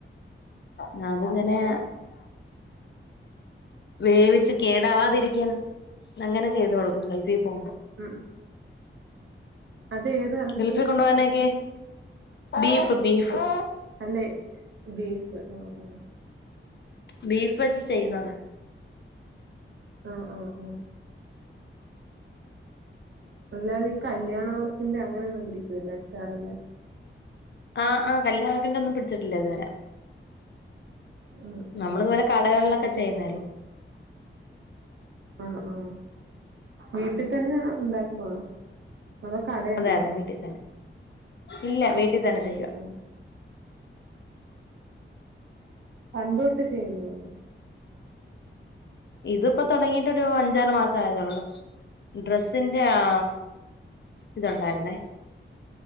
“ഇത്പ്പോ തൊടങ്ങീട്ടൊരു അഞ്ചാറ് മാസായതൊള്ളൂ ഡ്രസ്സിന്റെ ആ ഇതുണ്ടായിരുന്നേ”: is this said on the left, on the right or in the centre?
Left